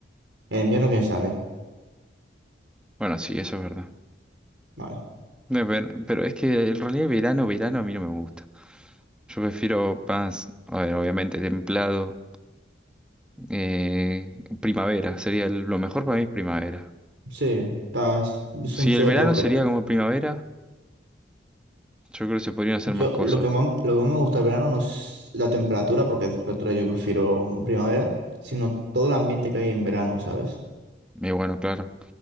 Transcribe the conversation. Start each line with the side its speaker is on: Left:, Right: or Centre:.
Right: En invierno, ¿quién sale?
Centre: Bueno, sí, eso es verdad.
Right: Vale.
Centre: No es Pero es que en realidad verano, verano a mí no me gusta. Yo prefiero más, a ver, obviamente templado. eh, primavera, sería el- lo mejor para mí es primavera.
Right: Sí, está, es, es
Centre: Si
Right: un sería
Centre: el verano
Right: todo, pero
Centre: sería como primavera, yo creo que se podrían hacer
Right: yo
Centre: más cosas.
Right: lo que más, lo que más me gusta del verano no es la temperatura, porque la temperatura yo prefiero primavera, sino todo el ambiente que hay en verano, ¿sabes?
Centre: Y bueno, claro.